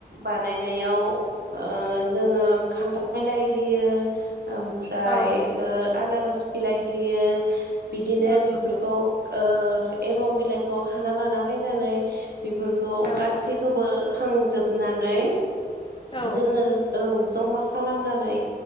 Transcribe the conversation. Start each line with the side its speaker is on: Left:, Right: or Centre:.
Right: बानायनायाव ओ जोङो खान्थाय बिलाइ होयो। ओमफ्राय
Left: औ
Right: ओ आनारस बिलाइ होयो बिदिनो
Left: औ
Right: बेफोरखौ
Left: नंगौ
Right: ओ एमाव बिलाइखौ खाना लाना फैनानै बेफोरखौ
Left: औ
Right: गासैखौबो खांजोबनानै
Left: औ
Right: जोङो औ जमा खालामनानै